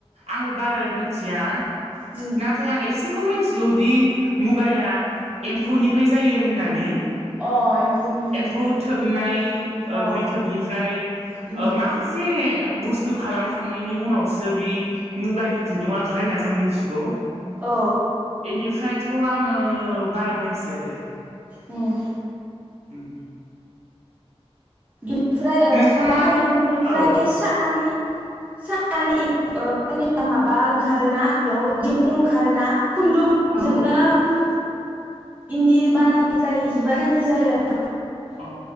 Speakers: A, on the right (about 80°); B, on the right (about 15°).
A: आंबो बारा मिथिया।
B: उम
A: नाथाय आं एसे बे खौ मिथिगौदि मुगाया एम्फौनिफ्राय जायो होननानै।
B: अ एम्फौनिफ्राय
A: एम्फौ थोबनाय
B: ओं
A: बिथोबनिफ्राय
B: अ उम
A: माखासे बुस्थु खालामखांनायनि उनावसो बे मुगानि खुन्दुङा ओंखारो होनना जों मिथिगौ।
B: औ
A: बेनिफ्रायथ' आङो बारा मोनथिया दे।
B: औ।
A: ओम।
B: ओमफ्राय ओ
A: नोंथाङा
B: लाथा एम्फौनिफ्राय
A: औ
B: सानानै सानानै <inaudible> <inaudible>
A: औ
B: माबा ओंखारोना बेयाव दिरुं ओंखारोना खुन्दुंजोंनो
A: औ
B: इन्दि बानायनाय जायो जि बानायनाय जायो आरो।
A: अ